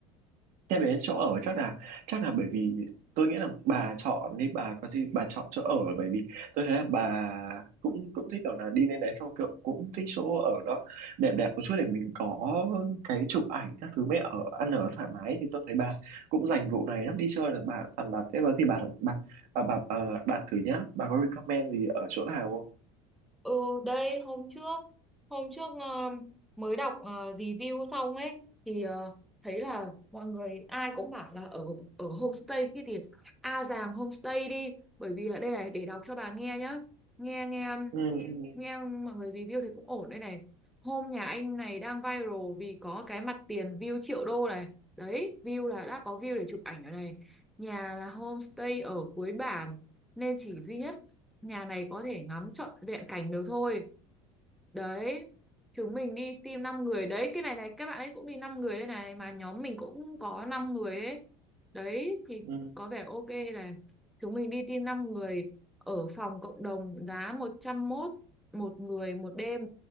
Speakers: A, on the right; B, in the centre.
A: Nhắc đến chỗ ở chắc là chắc là bởi vì tôi nghĩ là bà chọn đi bà có gì bà chọn chỗ ở bởi vì tôi thấy là bà cũng cũng thích kiểu là đi lên đấy xong kiểu cũng thích chỗ ở đó đẹp đẹp một chút để mình có cái chụp ảnh các thứ mới ở ăn ở thoải mái thì tôi thấy bà cũng dành vụ này lắm đi chơi là bà toàn bà thế đó thì bà bà bà bà, bà đặt thử nhá bà có recommend gì ở chỗ nào không
B: Ừ đây hôm trước hôm trước ờ, mới đọc ờ, review xong ấy thì ờ, thấy là mọi người ai cũng bảo là ở ở homestay cái gì A Giàng homestay đi bởi vì là đây này để đọc cho bà nghe nhá nghe nghe
A: ừ, ừ,
B: nghe mọi người review thì cũng ổn đây này hôm nhà anh này đang viral vì có cái mặt tiền view triệu đô này đấy view là đã có view để chụp ảnh rồi này nhà là homestay ở cuối bản nên chỉ duy nhất nhà này có thể ngắm trọn vẹn cảnh được thôi đấy chúng mình đi team 5 người đấy cái này này các bạn ấy cũng đi 5 người đây này mà nhóm mình cũng có 5 người ấy đấy thì
A: ừ,
B: có vẻ ok này chúng mình đi team 5 người ở phòng cộng đồng giá một trăm mốt một người một đêm